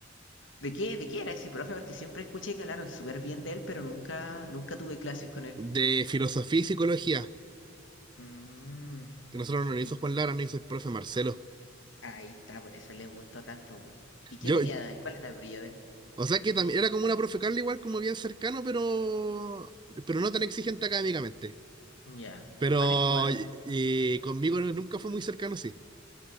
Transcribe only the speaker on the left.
¿De qué, de qué era ese profe? Porque siempre escuché que hablaron súper bien de él, pero nunca, nunca tuve clases con él.
Mm,
y
ahí está, por eso le gustó tanto. bu. ¿Y qué
tenía? ¿Cuál era el brillo de él?
Ya.
Bueno, es que igual.